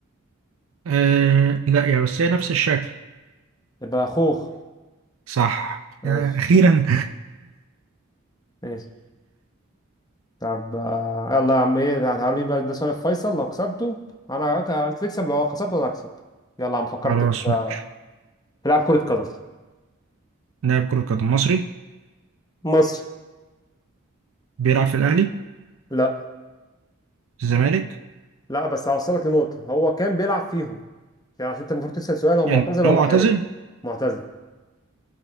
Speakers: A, on the right; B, on the left.
A: آه لا يا بس هي نفس الشكل
B: يبقى خوخ
A: صح
B: ماشي
A: يا اخيرا
B: ماشي طب آه يلا يا عم ايه تعالوا مين بقى ده سؤال فيصل لو كسبته انا هك- انت تكسب لو خسرته انا هكسب يلا يا عم فكرت
A: <laughs> خلاص
B: في آه،
A: ماشي
B: في لعب كره قدم
A: لاعب كره قدم مصري
B: مصر
A: بيلعب في الاهلي
B: لا
A: في الزمالك
B: لا بس هوصلك لنقطة هو كان بيلعب فيهم يعني عشان انت المفروض تسأل سؤال هو معتزل
A: يعني
B: ولا
A: هو معتزل
B: حالي معتزل